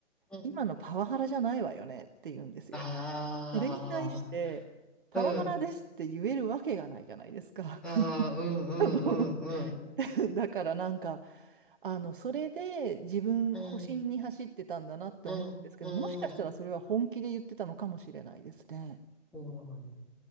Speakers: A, in the centre; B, on the right.
A: うん。
B: 今のパワハラじゃないわよねって言うんですよ。
A: あ
B: それに対して、パワハラですって言えるわけがないじゃないですか。
A: あ、うん、
B: <laughs>
A: ああ、うん、うん、
B: あの、
A: うん、うん。
B: だからなんか、あの、それで自分、
A: うん、
B: 保身に走ってたんだなって思うんですけど、
A: うん、うん、
B: もしかしたらそれは本気で言ってたのかもしれないですね。
A: うん。うん